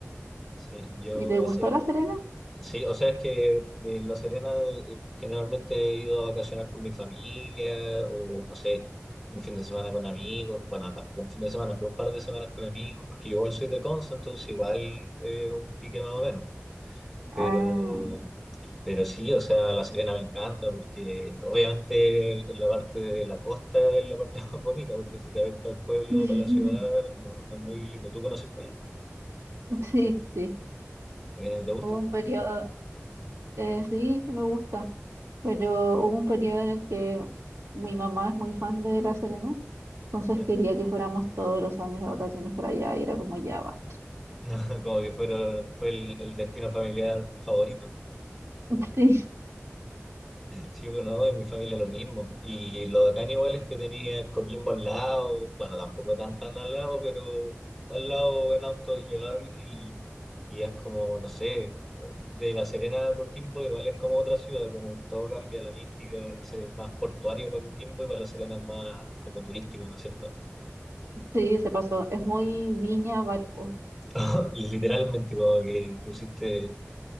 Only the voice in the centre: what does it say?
Sí, yo
soy,
Sí, o sea, es que en La Serena eh, generalmente he ido a vacacionar con mi familia o no sé, un fin de semana con amigos, bueno, tampoco un fin de semana, pero un par de semanas con amigos, porque yo igual soy de Conce, entonces igual eh, un pique más o menos. Pero,
pero sí, o sea, La Serena me encanta porque obviamente la parte de la costa es la parte <laughs> más bonita, porque si te vas para el pueblo
o para la ciudad, no, no es muy lindo. ¿Tú conoces para allá?
¿O bien ahí te gusta?
Ya.
<laughs> Como que fueron, fue el, el destino familiar favorito.
Sí, bueno, no, en mi familia lo mismo. Y lo de acá igual es que tenía Coquimbo al lado, bueno, tampoco tan tan al lado, pero al lado en auto es llegable y, y es como, no sé, de La Serena a Coquimbo igual es como otra ciudad, como que todo cambia, la mística, no sé, más portuario para Coquimbo y para La Serena es más como turístico, ¿no es cierto?
<laughs> Literalmente como que pusiste